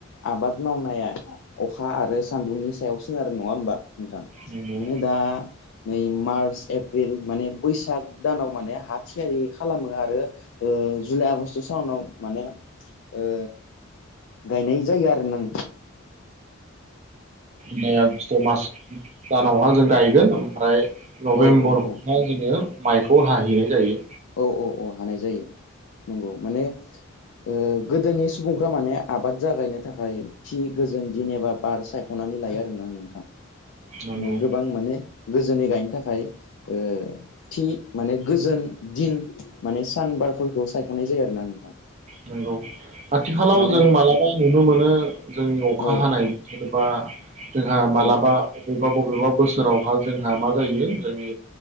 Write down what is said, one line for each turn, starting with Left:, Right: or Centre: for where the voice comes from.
Left: आबाद मावनाया अखा आरो बुंनि सायाव सोनार नङा होमबा? नोंथां
Right: नंगौ
Left: मे दा नै मार्च एप पिल माने बैसाग दानाव माने हा थियारि खालामो आरो। ओ जुलाइ आगष्ट थावनाव माने ओ गायनाय जायो आरो नों
Right: मे आगष्ट मास दानावहा जों गायगोन ओमफ्राय। नभेम्बरखौहाय
Left: औ औ औ
Right: जोङो। माइखौ हाहैनाय जायो।
Left: औ औ औ हानाय जायो। नंगौ माने ओ गोदोनि सुबुंफ्रा माने आबाद जागायनो थाखाय थि गोजोन दिनिबा बार सायखनानै लायो आरोना नोंथां।
Right: नंगौ
Left: नो गोबां माने गोजोनै गायनो थाखाय ओ थि माने गोजोन। दिन माने सानबारफोरखौ सायखनाय जायो आरोना नोंथां।
Right: नंगौ आथिखालाव
Left: माने
Right: जों मालाबा नुनो मोनो जों अखा
Left: औ
Right: हानाय। बा जोंहा मालाबा
Left: औ
Right: <unintelligible> बबेबा बोसोरावहा जोंहा मा जायो जोंनि